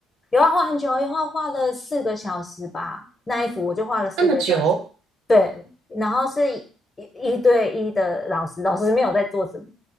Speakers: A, on the left (about 25°); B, on the right (about 70°).
A: 有啊，画很久，画画了四个小时吧，那一幅我就画了四个小时。
B: 这么久
A: 对，然后是一一一对一的老师，老师没有在做什么，